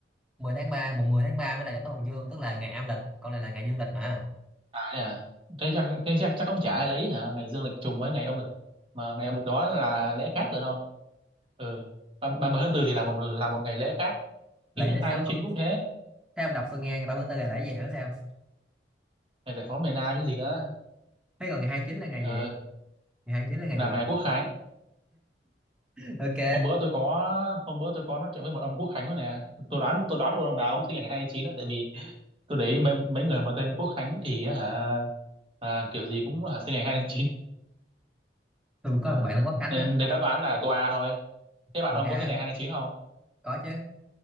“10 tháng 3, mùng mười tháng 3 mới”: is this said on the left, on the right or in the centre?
Centre